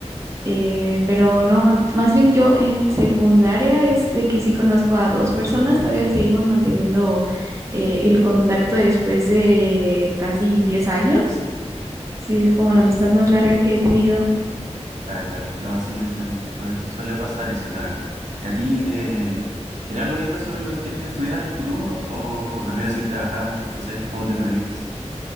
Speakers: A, on the right (about 25°); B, on the right (about 90°).
A: eh, pero no, más bien yo en secundaria es de que sí conozco a dos personas, todavía seguimos manteniendo eh, el contacto después de casi 10 años, sí es como la amistad más larga que he tenido.
B: Ah, claro. No, sí, entiendo. Suele, suele pasar eso, la verdad. ¿Y a ti, eh, tienes alguna idea sobre lo que quieres estudiar en el futuro? ¿O, o prefieres seguir trabajando? No sé, ¿cómo te proyectas?